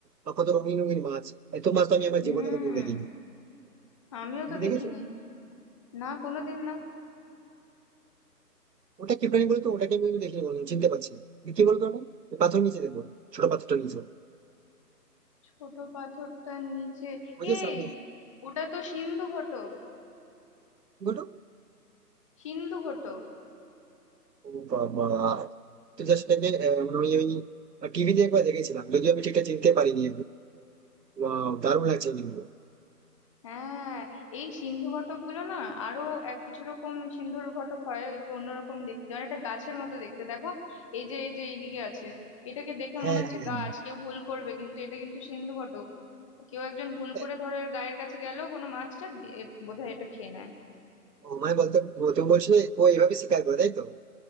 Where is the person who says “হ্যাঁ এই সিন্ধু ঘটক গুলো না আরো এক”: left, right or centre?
Left